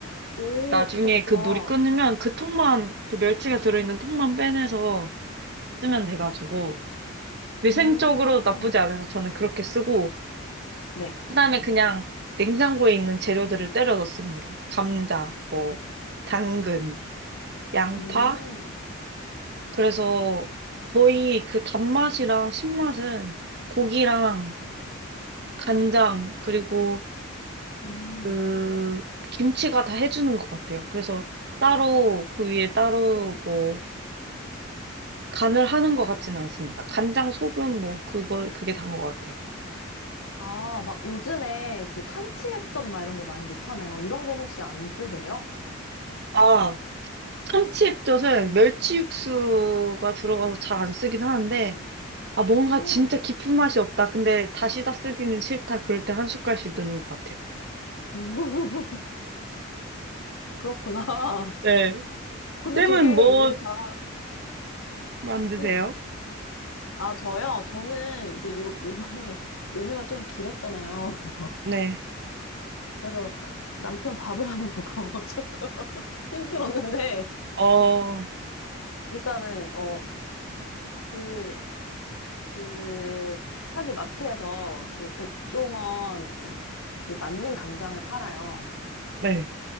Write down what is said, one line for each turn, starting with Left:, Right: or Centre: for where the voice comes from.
Left: 오,
Right: 나중에
Left: 좋다, 좋다.
Right: 그 물이 끓으면 그 통만, 그 멸치가 들어있는 통만 빼내서 쓰면 돼가지고 위생적으로
Left: 음,
Right: 나쁘지 않아서 저는 그렇게 쓰고
Left: 네.
Right: 그다음에 그냥 냉장고에 있는 재료들을 때려 넣습니다. 감자, 뭐 당근, 양파.
Left: 음,
Right: 그래서 거의 그 단맛이랑 신맛은 고기랑 간장 그리고
Left: 음.
Right: 그 김치가 다 해주는 것 같아요. 그래서 따로 그 위에 따로 뭐 간을 하는 것 같지는 않습니다. 간장, 소금 뭐 그거 그게 단 것 같아요.
Left: 아, 막 요즘에 그 참치액젓 막 이런 거 많이 넣잖아요. 이런 건 혹시 안 쓰세요?
Right: 아 참치 액젓은 멸치 육수가 들어가서 잘 안 쓰긴 하는데. 아, 뭔가
Left: 음,
Right: 진짜 깊은 맛이 없다. 근데 다시다 쓰기는 싫다. 그럴 때 한 숟갈씩 드는 것 같아요.
Left: <laughs> 그렇구나.
Right: 네.
Left: 근데
Right: 쌤은
Left: 되게
Right: 뭐
Left: 요리 잘하,
Right: 만드세요?
Left: 응. 아, 저요? 저는 이제 요, 요번에 <laughs> 연휴가 좀 길었잖아요. <laughs>
Right: 네.
Left: 그래서 남편 밥을 하는 거고 <laughs> 조금 힘들었는데,
Right: 어,
Left: 일단은, 어, 그, 그, 사실 마트에서 그 백종원 그, 그 만능 간장을 팔아요.
Right: 네.